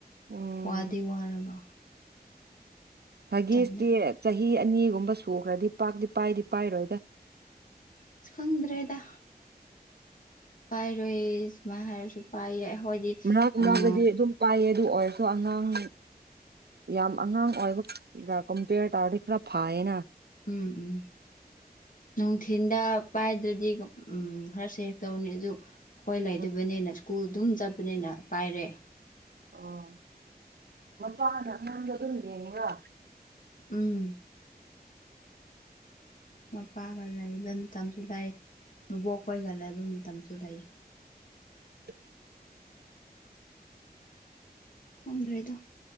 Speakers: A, on the right; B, on the left.
A: ꯎꯝ
B: ꯋꯥꯗꯤ ꯋꯥꯔꯕ
A: ꯊꯒꯁꯇꯦ
B: ꯇꯜꯂꯦ
A: ꯆ ꯆꯍꯤ ꯑꯅꯤꯒꯨꯝꯕ ꯁꯨꯈ꯭ꯔꯗꯤ ꯄꯥꯛꯇꯤ ꯄꯥꯏꯗꯤ ꯄꯥꯏꯔꯣꯏꯗ
B: ꯑꯁ ꯈꯪꯗ꯭ꯔꯦꯗ ꯄꯥꯏꯔꯣꯏ ꯏꯁꯃ ꯍꯥꯏꯔꯁꯨ ꯄꯥꯏꯌꯦ ꯑꯩꯈꯣꯏꯗꯤ
A: ꯃꯥꯒꯗꯤ
B: ꯑ ꯎꯝ
A: ꯑꯗꯨꯝ ꯄꯥꯏꯑ ꯑꯗꯨ ꯑꯣꯏꯔꯁꯨ ꯑꯉꯥꯡ ꯌꯥꯝ ꯑꯉꯥꯡ ꯑꯣꯏꯕꯒ ꯀꯝꯄꯦꯌꯔ ꯇꯧꯔꯗꯤ ꯈꯔ ꯐꯌꯦꯅ
B: ꯎꯝ ꯎꯝ ꯅꯨꯡꯊꯤꯟꯗ ꯄꯥꯏꯗ꯭ꯔꯗꯤ ꯎꯝ ꯈꯔ ꯁꯦꯦꯛ ꯇꯧꯅꯤ ꯑꯗꯨ ꯍꯣꯏ ꯂꯩꯗꯕꯅꯦꯅ
A: ꯎꯝ
B: ꯁ꯭ꯀꯨꯜ ꯑꯗꯨꯝ ꯆꯠꯄꯅꯤꯅ ꯄꯥꯏꯔꯦ
A: ꯑꯣ ꯃꯄꯥꯅ ꯑꯉꯥꯡꯗ ꯑꯗꯨꯝ ꯌꯦꯡꯉꯤꯔ
B: ꯎꯝ ꯃꯄꯥꯒ ꯂꯩꯕ ꯃꯇꯝꯁꯨ ꯂꯩ ꯃꯕꯣꯛꯈꯣꯏꯒ ꯂꯩꯕ ꯃꯇꯝꯁꯨ ꯂꯩ
A: <inaudible>
B: ꯈꯪꯗ꯭ꯔꯦꯗ